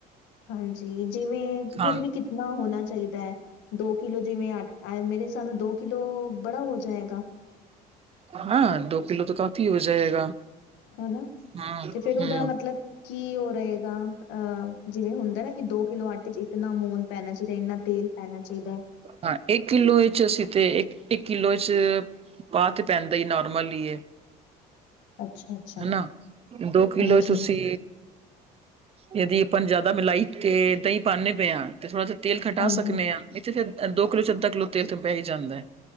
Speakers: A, on the left; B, on the right.
A: ਹਾਂਜੀ ਜਿਵੇ
B: ਹਾਂ
A: ਫਿਰ ਵੀ ਕਿਤਨਾ ਹੋਣਾ ਚਾਹੀਦਾ? ਦੋ ਕਿਲੋ ਜਿਵੇ ਮੇਰੇ ਹਿਸਾਬ ਨਾਲ ਦੋ ਕਿਲੋ ਬੜਾ ਹੋ ਜਾਏਗਾ।
B: ਹਾਂ ਦੋ ਕਿਲੋ ਤੋਂ ਕਾਫ਼ੀ ਹੋ ਜਾਏਗਾ।
A: ਹਨਾ,
B: ਹੂੰ
A: ਤੇ ਫੇਰ ਉਹਦਾ
B: ਹੂੰ
A: ਮਤਲਬ ਕੀ ਉਹ ਰਹੇਗਾ ਅਹ ਜਿਵੇ ਹੁੰਦਾ ਨਾ- ਕਿ ਦੋ ਕਿੱਲੋ ਆਟੇ ਚ ਇਤਨਾ ਮੋਨ ਪੈਣਾ ਚਾਹੀਦਾ ਇੰਨਾ ਤੇਲ ਪੈਣਾ ਚਾਹੀਦਾ।
B: ਹਾਂ ਇੱਕ ਕਿਲੋ ਵਿੱਚ ਅਸੀ ਤੇ ਇੱਕ ਕਿਲੋ 'ਚ ਪਾ ਤੇ ਪੈਂਦਾ ਈ ਨੋਰਮਲ ਈ ਏ।
A: ਅੱਛਾ ਅੱਛਾ
B: ਹਨਾ, ਦੋ ਕਿਲੋ
A: ਹਾਂਜੀ
B: 'ਚ ਤੁਸੀਂ ਯਦੀ ਆਪਾਂ ਜਿਆਦਾ ਮਿਲਾਈ ਤੇ ਦਹੀਂ ਪਾਨੇ ਪਏ ਆ ਤੇ ਥੋੜ੍ਹਾ ਜਾ ਤੇਲ ਖਟਾ
A: ਹਾਂਜੀ
B: ਸਕਨੇ ਆ। ਨਹੀਂ ਤੇ ਫਿਰ ਦੋ ਕਿੱਲੋ 'ਚ ਅੱਧਾ ਕਿੱਲੋ ਤੇਲ ਤੇ ਪੈ ਹੀ ਜਾਂਦਾ।